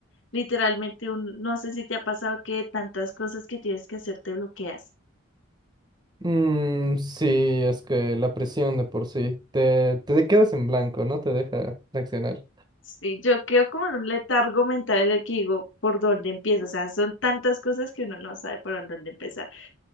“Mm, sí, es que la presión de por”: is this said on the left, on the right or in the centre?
Right